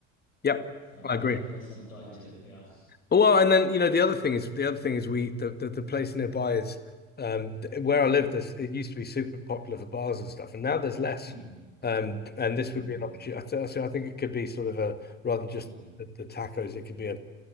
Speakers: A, on the left (about 25°); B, on the left (about 85°).
A: yep,
B: So
A: I agree.
B: definitely put some thought into it. Yeah.
A: Well, and then you know the other thing is the other thing is we the the, the place nearby is um where I lived. This it used to be super popular for bars and stuff, and now there's less.
B: hmm
A: Um, and this
B: Mm-hmm.
A: would be an opportunity. I, th so I think it could be sort of a rather than just
B: Mm-hmm.
A: the, the tacos, it could be a